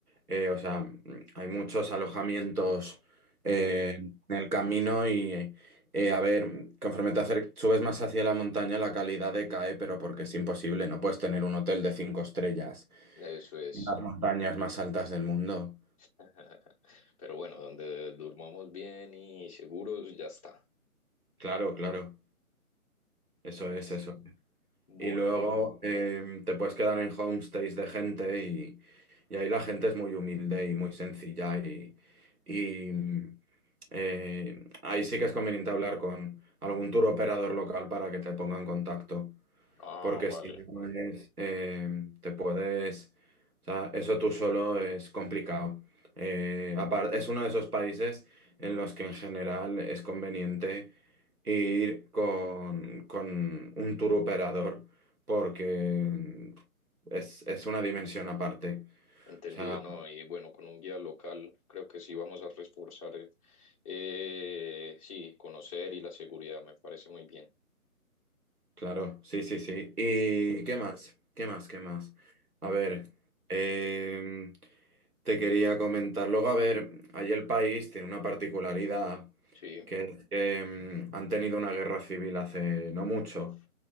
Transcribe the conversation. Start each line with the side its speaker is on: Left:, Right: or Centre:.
Right: eh, o sea, mm, hay muchos alojamientos eh,
Left: Ok,
Right: en el camino y, eh, a ver, conforme te acer- subes más hacia la montaña, la calidad decae, pero porque es imposible, no puedes tener un hotel de cinco estrellas
Left: eso es.
Right: en las montañas más altas del mundo.
Left: <laughs> Pero bueno, donde durmamos bien y seguros, ya está.
Right: Claro, claro, eso
Left: Eso.
Right: es eso.
Left: Bueno,
Right: Y luego em, te puedes quedar en homestays de gente y, y ahí la gente es muy humilde y muy sencilla y, y, mm, eh, ahí sí que es conveniente hablar con algún tour operador local para que te ponga en contacto.
Left: ah,
Right: Porque
Left: vale.
Right: si no es, eh, te puedes, o sea, eso tú solo es complicado. Eh, apar- es uno de esos países en los que en general es conveniente ir con, con un tour operador porque es, es una dimensión aparte.
Left: Entendido,
Right: O sea,
Left: ¿no? Y bueno, con un guía local creo que sí vamos a reforzar, eh, eh, sí, conocer y la seguridad, me parece muy bien.
Right: Claro, sí, sí, sí. ¿Y qué más? ¿Qué más? ¿Qué más? A ver,
Left: Mm.
Right: em, te quería comentar. Luego, a ver, allí el país tiene una particularidad,
Left: Sí.
Right: que es que em, han tenido una guerra civil hace no mucho
Left: Uf.